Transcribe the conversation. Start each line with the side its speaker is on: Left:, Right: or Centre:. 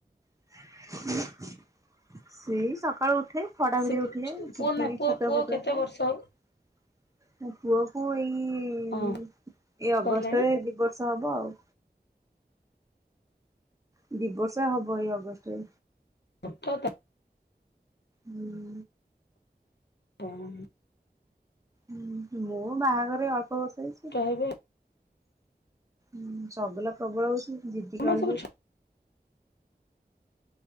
Right: <inaudible> ସେଇ ସକାଳୁ ଉଠେ ଛଅଟା
Left: ସେ
Right: ଭିତରେ ଉଠଯାଏ
Left: ପୁଅ ନା ପୁଅ
Right: ଛତୁଆ
Left: ପୁଅ
Right: ଫତୁଆ
Left: କେତେ
Right: ଖ
Left: ବର୍ଷ ହବ?
Right: <inaudible> ପୁଅ କୁ ଏଇ ଏଇ
Left: ହଁ
Right: ଅଗଷ୍ଟରେ
Left: କହିଲେଣି
Right: ଦି ବର୍ଷ ହବ ଆଉ। ଦଦି ବର୍ଷ ହବ ଏଇ ଅଗଷ୍ଟରେ।
Left: ତ ତ
Right: ହୁଁ।
Left: ହଁ।
Right: ହୁଁ ମୋ ବାହାଘରେ ଅଳ୍ପ ବର୍ଷ ହେଇଛି।
Left: ହେବେ
Right: ହୁଁ ଶଗୁଲା ପ୍ରବଳ ହଉଛି ଯିଦି
Left: ସେମାନେ
Right: କା
Left: ସବୁ